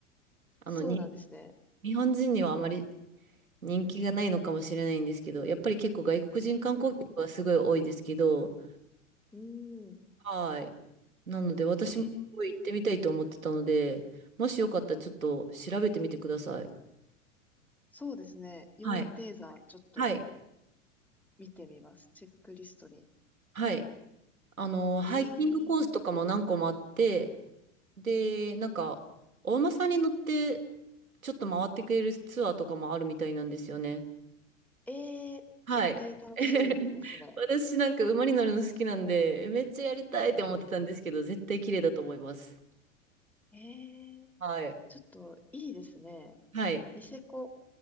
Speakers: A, on the right; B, in the centre.
A: あの、
B: そうなんですね。
A: に、日本人にはあまり人気がないのかもしれないんですけど、やっぱり結構外国人観光客はすごい多いですけど、
B: <laughs> うん。
A: はい。なので私もすごい行ってみたいと思ってたので、
B: えー、
A: もしよかったらちょっと調べてみてください。
B: そうですね。羊蹄山、
A: はい。
B: ちょっと
A: はい。
B: 見てみます。チェックリストに。
A: はい。あの、ハイキングコースとかも何個もあって、
B: えー、
A: で、なんか、お馬さんに乗って、ちょっと回ってくれるツアーとかもあるみたいなんですよね。
B: えー、
A: はい。
B: 絶対楽しいですね。
A: <laughs> 私なんか馬に乗るの好きなんで、めっちゃやりたいって思ってたんですけど、絶対綺麗だと思います。
B: えー、
A: はい。
B: ちょっといいですね。
A: はい。
B: ニセコ。